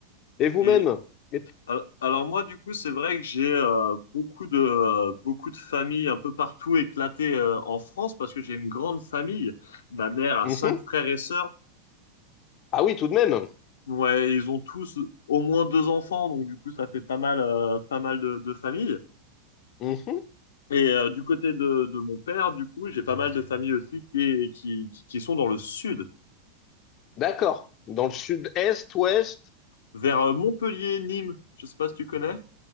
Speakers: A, on the left; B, on the left.
A: Et vous-même?
B: Et
A: Et-
B: al- alors moi, du coup, c'est vrai que j'ai euh, beaucoup de, euh, beaucoup de familles un peu partout éclatées euh, en France parce que j'ai une grande famille. Ma mère a
A: Mhm.
B: cinq frères et sœurs.
A: Ah oui, tout de même.
B: Ouais, ils ont tous au moins deux enfants, donc du coup ça fait pas mal, euh, pas mal de, de familles.
A: Mhm.
B: Et euh, du côté de, de mon père, du coup, j'ai pas mal de familles aussi qui, est- qui, qui, qui sont dans le sud,
A: D'accord. Dans le sud-est, ouest,
B: vers euh, Montpellier, Nîmes. Je sais pas si tu connais.